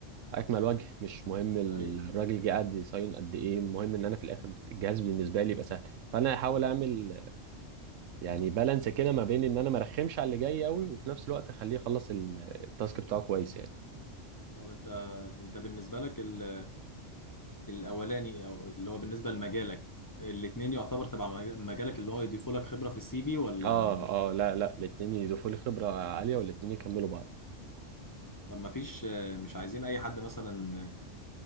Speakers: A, on the right (about 85°); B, on the left (about 25°).
A: اكمل وجه مش مهم الراجل
B: ايوه
A: جه قاعد يصين قد ايه المهم ان انا في الاخر الجهاز بالنسبه لي يبقى سهل فانا هحاول اعمل يعني بالانس كده ما بين ان انا ما ارخمش على اللي جاي قوي وفي نفس الوقت اخليه يخلص ال- التاسك بتاعه كويس يعني
B: طب انت انت بالنسبه لك ال- الاولاني او اللي هو بالنسبه لمجالك الاتنين يعتبر تبع مج- مجالك اللي هو يضيفوا لك خبره في السي في ولا
A: اه اه لا لا الاتنين يضيفوا لي خبرة عالية والاتنين يكملوا بعض
B: طب ما فيش مش عايزين اي حد مثلا